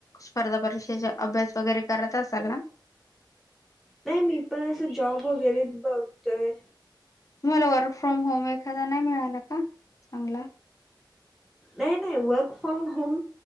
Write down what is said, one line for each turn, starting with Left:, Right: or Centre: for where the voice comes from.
Left: स्पर्धा परीक्षाचे अभ्यास वगैरे करत असाल ना.
Centre: नाही मी पण असं जॉब वगैरेच बघतोय.
Left: तुम्हाला वर्क फ्रॉम होम एखादा नाही मिळाला का चांगला?
Centre: नाही नाही वर्क फ्रॉम होम